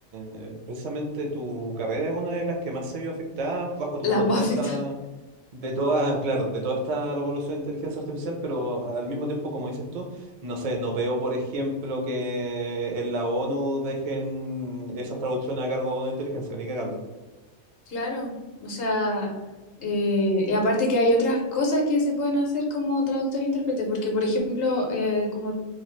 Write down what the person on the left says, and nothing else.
<laughs>
las
más
afectadas.
Claro, o sea, eh, y aparte que hay otras cosas que se pueden hacer como traductor e intérprete, porque por ejemplo, eh, como